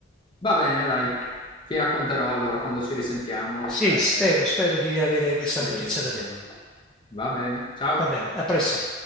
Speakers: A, on the left (about 25°); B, in the centre.
A: Va bene, dai, ti racconterò allora quando ci risentiamo
B: Sì,
A: se,
B: spero, spero di avere
A: se
B: questa notizia
A: riesco.
B: da te.
A: Va bene, ciao.
B: Va bene, a presto.